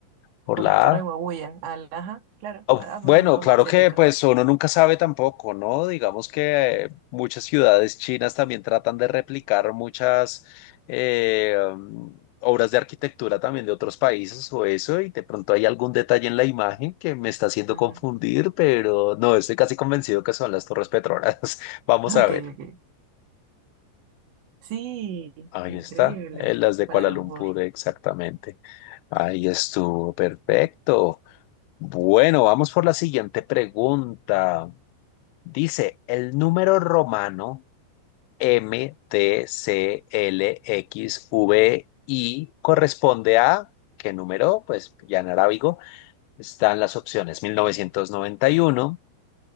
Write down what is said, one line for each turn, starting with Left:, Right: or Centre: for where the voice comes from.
Left: ¿Por
Right: por
Left: la
Right: las Torres
Left: A?
Right: Huawei. Ajá, claro.
Left: Oh,
Right: Ambos
Left: Bueno,
Right: son como
Left: claro
Right: asiáticas.
Left: que pues uno nunca sabe tampoco, ¿no? Digamos que muchas ciudades chinas también tratan de replicar muchas eh, um, obras de arquitectura también de otros países o eso, y de pronto hay algún detalle en la imagen que me está haciendo
Right: Ujú.
Left: confundir, pero no, estoy casi convencido que son las Torres Petronas. <laughs> Vamos
Right: <laughs>
Left: a
Right: Ok,
Left: ver.
Right: ok. Sí,
Left: Ahí
Right: increíble.
Left: está, eh, las de
Right: Kuala
Left: Kuala
Right: Lumpur.
Left: Lumpur, exactamente. Ahí estuvo, perfecto. Bueno, vamos por la siguiente pregunta. Dice, el número romano MTCLXVI corresponde a, ¿qué número? Pues ya en arábigo están las opciones Mil novecientos noventa y uno